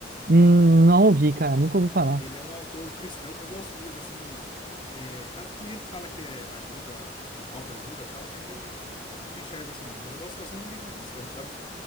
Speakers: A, on the right; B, on the left.
A: Hum, não ouvi, cara, nunca ouvi falar.
B: Ele é um autor cristão. Eu gosto de livro assim. é, a- tem gente que fala que é ajuda, autoajuda e tal, mas eu não enxergo assim não. Mas eu gosto bastante de livro cristão, sabe?